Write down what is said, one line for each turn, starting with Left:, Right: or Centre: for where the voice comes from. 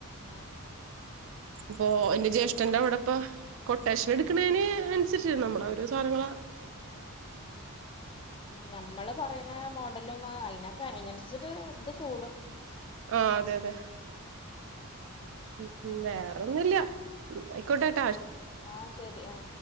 Left: ആ
Right: പ്പോ എന്റെ ജ്യേഷ്ഠന്റെ അവിടെപ്പ കൊട്ടേഷൻ എടുക്കണേന് അനുസരിച്ച് നമ്മളോരോ സാനങ്ങള
Left: ഉം നമ്മള് പറയണ മോഡലും അയിന ക അയിനനുസരിച്ചിട്ട് ഇത് കൂടും
Right: ആ അതെ അതെ ഉ വേറൊന്നും ല്ല ആയിക്കോട്ടെ
Left: ആ ശരി ആ